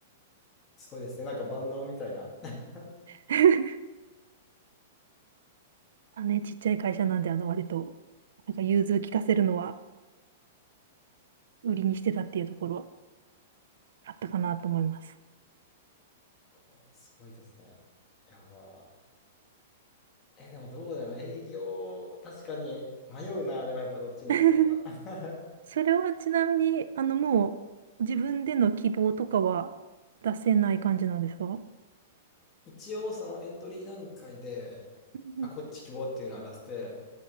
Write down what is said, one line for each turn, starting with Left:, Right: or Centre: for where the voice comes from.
Left: すごいですね。なんか万能みたいな。<laughs>
Right: <laughs> あ、ね、ちっちゃい会社なんで、あの、割と、なんか、融通聞かせるのは、売りにしてたっていうところは、
Left: あ
Right: あったかなと思います。
Left: こうすごいですね。いやー、え、でもどうだろう。営業、確かに迷うな。でもやっぱどっちに行きたいか。
Right: <laughs>
Left: <laughs>
Right: それはちなみに、あの、もう、自分での希望とかは出せない感じなんですか
Left: 一応そのエントリー段階で、
Right: うん
Left: あ、こっち希望っていうのは出して、